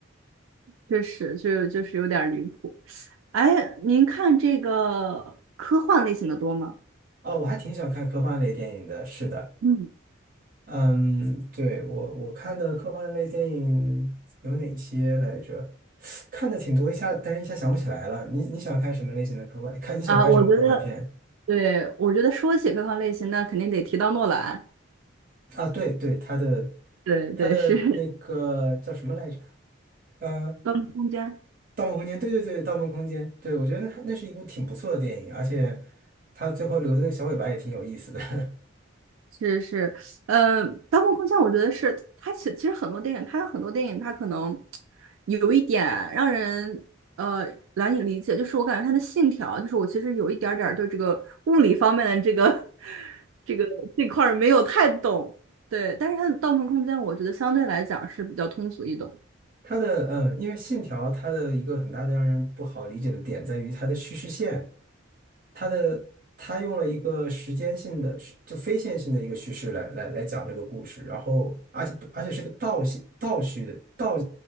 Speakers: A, on the right (about 80°); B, on the right (about 45°).
A: 确实，就就是有点儿离谱。哎，您看这个科幻类型的多吗？
B: 哦，我还挺喜欢看科幻类电影的，是的，
A: 嗯，
B: 嗯，对，我我看的科幻类电影有哪些来着？看的挺多，一下，但是一下想不起来了。你你喜欢看什么类型的科幻？看你喜欢看什么科幻片
A: 啊，我觉得，对，我觉得说起科幻类型，那肯定得提到诺兰。
B: 啊？对对，他的
A: 对对，
B: 他的那个叫什么来着？
A: 是
B: 呃，
A: 《<laughs> 盗梦空间》。
B: 《盗梦空间》，对对对，《盗梦空间》，对，我觉得那那是一部挺不错的电影，而且他最后留的那个小尾巴也挺有意思的。<laughs>
A: 是是，呃，《盗梦空间》我觉得是它其其实很多电影，它很多电影它可能有一点让人呃难以理解，就是我感觉它的信条，就是我其实有一点儿点儿对这个物理方面的这个 <laughs> 这个这块儿没有太懂，对，但是它的《盗梦空间》我觉得相对来讲是比较通俗易懂。
B: 它的嗯，因为《信条》它的一个很大的让人不好理解的点在于它的叙事线，它的它用了一个时间性的是就非线性的一个叙事来来来讲这个故事，然后而且而且是个倒叙倒叙的倒，